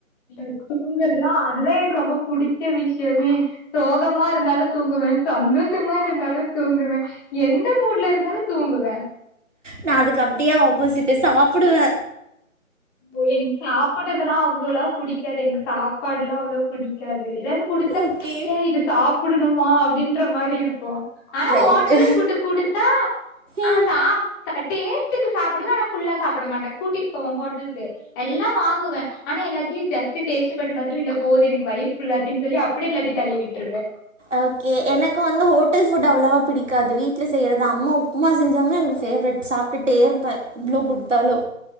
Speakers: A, on the left; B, on the right.
A: இந்த தூங்குறதுலா அதுதா எனக்கு ரொம்ப புடிச்ச விஷ்யமே சோகமா இருந்தாலு தூங்குவே சந்தோஷமா இருந்தாலு தூங்குவே எந்த மூட்ல இருந்தாலு தூங்குவே
B: நா அதுக்கு அப்டியே ஆப்போசிட்டு சாப்டுவே
A: ஓ எனக்கு சாப்டறதுல்லா அவ்ளோல்லா புடிக்காது எனுக் சாப்பாடுலா அவ்ளோ புடிக்காது எதாயாச்சு குடுத்தா
B: ஓகே
A: சே இது சாப்புடணுமா அப்டின்ற மாரி இருக்கு ஆனா
B: ரைட்டு
A: ஓட்டல் ஃபுட்டு குடுத்தா ஆ
B: ம்
A: சாப் டேஸ்டுக்கு சாப்புடுவே ஆனா ஃபுல்லா சாப்புட மாட்டே கூட்டிட் போவே ஹோட்லுக் கு எல்லா வாங்குவே ஆனா எல்லாத்தையு ஜஸ்ட்டு டேஸ்ட்டு பண்ணி பாத்துட்டு இல்ல போது எனக்கு வயிர்ஃபுல்லாச்சுன் சொல்லி அப்டியே எல்லாத்தையு தள்ளி விட்டுருவே
B: ஓகே எனக்கு வந்து ஹோட்டல் ஃபுட் அவ்ளோவா புடிக்காது வீட்ல செய்யறதா அம்மா அம்மா செஞ்சாங்கன்னா எனக்கு ஃபேவரெட் சாப்ட்டுட்டே இருப்பே எவ்ளோ குடுத்தாலு